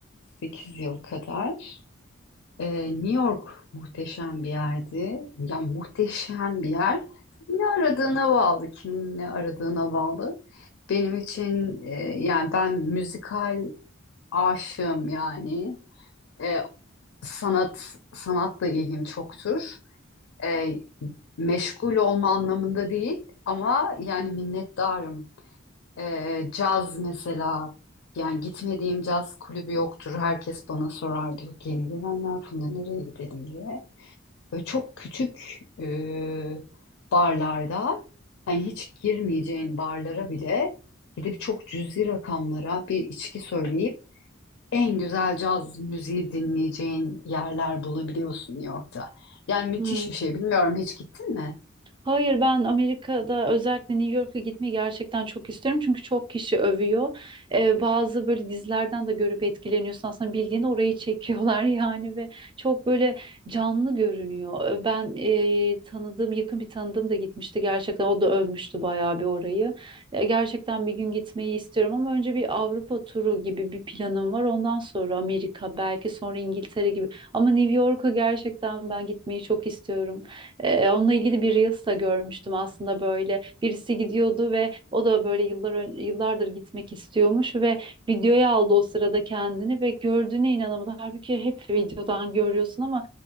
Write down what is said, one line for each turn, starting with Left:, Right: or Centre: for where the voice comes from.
Left: 8 yıl kadar. Ee, New York muhteşem bir yerdi. Ya muhteşem bir yer. Ne aradığına bağlı, kimin ne aradığına bağlı. Benim için e, yani ben müzikal aşığım yani. E, sanat, sanatla ilgim çoktur. E, meşgul olma anlamında değil ama yani minnettarım ee, caz mesela yani gitmediğim caz kulübü yoktur. Herkes bana sorardı yeni gelenler Funda nereye gidelim diye. Böyle çok küçük e, barlarda hani hiç girmeyeceğin barlara bile gidip çok cüzi rakamlara bir içki söyleyip en güzel caz müziği dinleyeceğin yerler bulabiliyorsun New York'ta. Yani müthiş
Right: Hmm.
Left: bir şey. Bilmiyorum hiç gittin mi?
Right: Hayır ben Amerika'da özellikle New York'a gitmeyi gerçekten çok istiyorum. Çünkü çok kişi övüyor. Ee, bazı böyle dizilerden de görüp etkileniyorsun. Aslında bildiğin orayı çekiyorlar <laughs> yani ve çok böyle canlı görünüyor. Ee, Ben e, tanıdığım yakın bir tanıdığım da gitmişti gerçekten. O da övmüştü bayağı bir orayı. Ya gerçekten bir gün gitmeyi istiyorum ama önce bir Avrupa turu gibi bir planım var. Ondan sonra Amerika belki sonra İngiltere gibi. Ama New York'a gerçekten ben gitmeyi çok istiyorum. Ee, onunla ilgili bir Reels da görmüştüm aslında böyle. Birisi gidiyordu ve o da böyle yıllar ön- yıllardır gitmek istiyormuş ve videoya aldı o sırada kendini ve gördüğüne inanamadı. Halbuki hep videodan görüyorsun ama